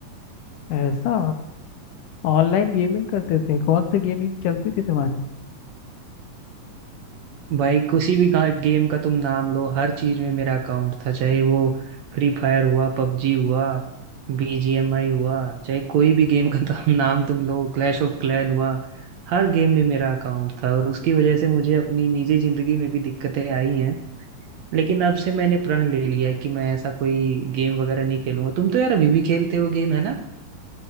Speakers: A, on the left; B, on the right.
A: ऐसा ऑनलाइन गेमिंग करते थे कौन सी गेमिंग चलती थी तुम्हारी
B: भाई किसी भी गा- गेम का तुम नाम लो हर चीज में मेरा अकाउंट था चाहे वो फ्री फायर हुआ पबजी हुआ बीजीएमआई हुआ चाहे कोई भी गेम का तुम- <laughs> नाम तुम लो क्लैश ऑफ क्लैन हुआ हर गेम में मेरा अकाउंट था और उसकी वजह से मुझे अपनी निजी जिंदगी में भी दिक्कतें आई हैं लेकिन अब से मैंने प्रण ले लिया है कि मैं ऐसा कोई गेम वगैरह नहीं खेलूंगा तुम तो यार अभी भी खेलते हो गेम है ना